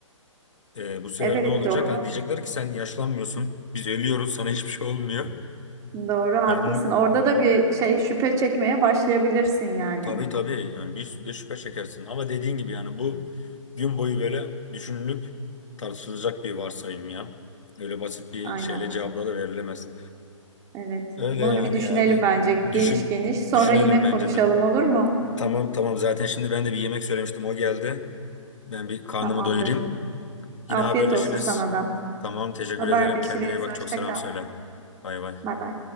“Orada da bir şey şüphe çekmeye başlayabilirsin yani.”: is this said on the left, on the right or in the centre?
Right